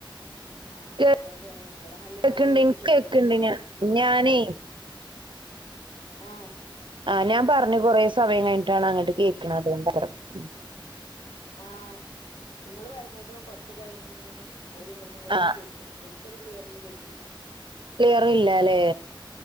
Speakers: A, on the left (about 80°); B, on the right (about 65°).
A: ആഹ്
B: കേ
A: മഴ പെ ഇവിടെ നല്ല
B: കേക്കണ്ട്
A: മഴ പെയ്ത്
B: ഇനിക്ക്
A: ചോർന്ന്
B: കേക്കണ്ട് ഞാൻ ഞാനേ
A: ആഹ്
B: ആഹ് ഞാൻ പറഞ്ഞ് കൊറെ സമയം കഴിഞ്ഞിട്ടാണ് അങ്ങട്ട് കേക്കണത് <unintelligible> ഉം.
A: ആഹ് ഇങ്ങള് പറയുന്നതും കൊറച്ച് കഴിഞ്ഞ് ഇങ്ങനെ ഒര് മുറി മുറിഞ്ഞ് മുറിഞ്ഞാ
B: ആഹ്
A: കേക്കണെ ശരിക്ക് ഒരു ക്ലിയറില് കേക്കില്ല.
B: ക്ലിയർ ഇല്ലാല്ലേ?